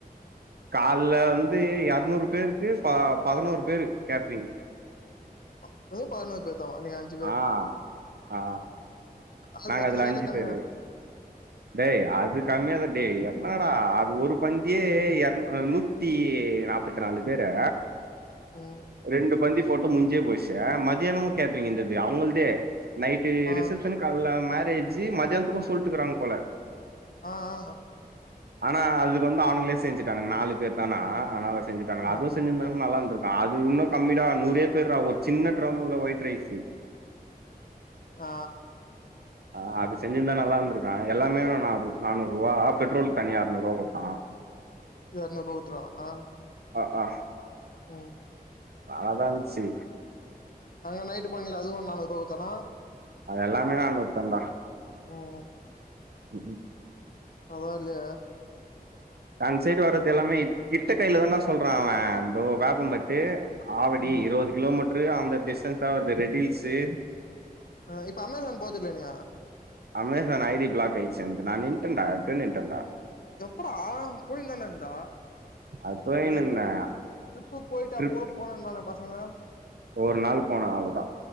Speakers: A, on the right (about 80°); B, on the left (about 65°).
A: கால்ல வந்து எருநூறு பேருக்கு ஃபா பதுனோரு பேரு கேட்றிங்கு
B: அ இப்பவு பதுனோர் பேர்தான நீங்க அஞ்
A: ஆ ஆ
B: ஆள்
A: நாங்க
B: பத்து
A: அதுல
B: சேர்ல
A: அஞ்சு
B: கம்மியா
A: பேரு டேய் அது கம்மியாதா டேய் என்னடா அது ஒரு பந்தியே எர் அ நூ த்தி நாப்பத்து நாலு பேரு
B: ம்
A: ரெண்டு பந்தி போட்டு முஞ்சே போச்ச மதியானமு கேட்ரீங் இர்ந்தது அவுங்கள்து நைட்டு
B: ஆ
A: ரிசப்ஷனு கால்ல மேரேஜு மதியான்த்துக்கு சொல்ட்டுக்குறாங்க போல
B: ஆ ஆ நா
A: ஆனா அதுக்கு வந்து அவனுங்ளே செஞ்சுட்டானுங்க நாலு பேர்தானா அதுனால செஞ்சுட்டாங்களா
B: ஆ
A: அதுஸ் செஞ்சிருந்தது நல்லா இருந்திருக்கு அது இன்னு கம்மிடா நூரே பேர்ரா ஒரு சின்ன டிரம்ல ஒயிட் ரைஸு
B: ஆ
A: ஆ அது செஞ்சிர்ந்தா நல்லா இருந்துருக்கு ஆனா எல்லாமே நானூர் நானூருவா பெட்ரோல்க்கு தனியா எர்நூர்வா குட்த்தான்
B: எர்நூர்பா குட்த்துர்வானா
A: அ ஆஸ்
B: ம்
A: நல்லா தா இருந்துச்சு
B: அங்க நைட்டு போனிங்ல அதுவு நானூர்பா குட்த்தானா
A: அது எல்லாமே நானூர்தாண்டா
B: ம்
A: ம் ம்
B: பரவாயில்லயே
A: அந் சைடு வர்து எல்லாமே கிட்டகைல தாண்டா சொல்றான் அவன் இதோ வேப்பம்பட்டு ஆவடி
B: ஆ
A: இருவது கிலோமீட்ரு அந்த டிஸ்டன்ஸ்தா வருது ரெட்டு ஹில்ஸு
B: ஆ இப்ப அமேசான் போதுல்ல நீ அ
A: அமேசான் ஐ டி பிளாக் ஆய்ர்ச்சு என்து நான் நின்ட்டன்டா எப்பியோ நின்ட்டன்டா
B: எப்படா போயிர்ந்தான இருந்த
A: அது போயினுருந்தே
B: ஏதோ டு ட்ரிப்பு போய்ட்டு
A: ட்ரிப்
B: அப்போ கூட போனனாங்க பசங்க
A: ஒரு நாள் போனே அவ்ளோதா